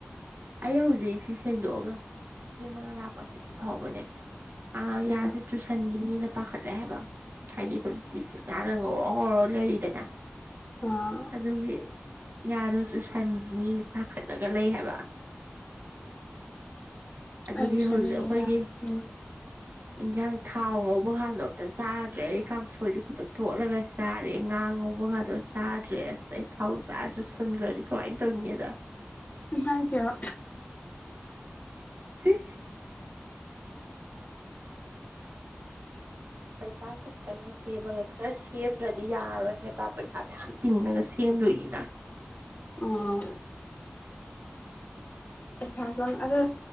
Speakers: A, on the right (about 65°); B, on the left (about 45°).
A: ꯑꯩ ꯍꯧꯖꯤꯛ ꯁꯤ ꯁꯦꯡꯗꯣꯛꯑꯒ ꯁꯦꯝꯃꯒ ꯂꯥꯛꯄꯁꯦ ꯁꯤ ꯐꯥꯎꯕꯅꯦ ꯑ ꯌꯥꯁꯦ
B: ꯎꯝ
A: ꯆꯨꯁꯟꯒꯤꯅꯤꯅ ꯄꯥꯈꯠꯂꯦ ꯍꯥꯏꯕ ꯍꯥꯏꯗꯤ ꯍꯧꯖꯤꯛꯇꯤ ꯁꯤ ꯉꯔ ꯍꯧꯧꯔꯣ ꯍꯧꯔꯣ ꯂꯩꯔꯤꯗꯅ
B: ꯎꯝ
A: ꯑꯗꯨꯒꯤ ꯌꯥꯗꯁꯨ ꯁꯟꯒꯤꯅꯤ ꯄꯥꯈꯠꯂꯒ ꯂꯩ ꯍꯥꯏꯕ ꯑꯗꯨꯒꯤ
B: ꯑꯩꯁꯨ ꯁꯦꯝꯅꯤꯡꯉꯦ
A: ꯍꯧꯖꯤꯛ ꯑꯩꯈꯣꯏꯒꯤ
B: ꯌꯥꯝ ꯎꯝ
A: ꯌꯦꯟꯁꯥꯡ ꯊꯥꯎ ꯉꯧꯕ ꯀꯥꯟꯗ ꯑꯝꯇ ꯆꯥꯗ꯭ꯔꯦ ꯑꯩ ꯀꯥꯡꯁꯣꯏꯁꯨ ꯈꯨꯇ ꯊꯣꯠꯂꯒ ꯆꯥꯔꯦ ꯉꯥ ꯉꯧꯕ ꯉꯇ ꯆꯥꯗ꯭ꯔꯦ ꯑꯁ ꯑꯩ ꯊꯥꯎ ꯆꯥꯔꯁꯨ ꯁꯟꯈ꯭ꯔꯗꯤ ꯀꯃꯥꯏꯅ ꯇꯧꯏ ꯗ
B: ꯉꯥꯏ ꯀꯦꯕ
A: <inaudible> <unintelligible> ꯄꯩꯁꯥ ꯁꯁꯨꯨꯞ ꯆꯪꯅꯁꯤ ꯃꯒ ꯈꯔꯁꯤ ꯁꯦꯝꯗ꯭ꯔꯗꯤ ꯌꯥꯔꯔꯣꯏ ꯍꯥꯏꯕ ꯄꯩꯁꯥ ꯃꯌꯥꯝ ꯇꯤꯡꯉꯒ ꯁꯦꯝꯗꯣꯏꯅꯤꯅ
B: ꯎꯝ ꯄꯩꯁꯥꯕ ꯑꯗ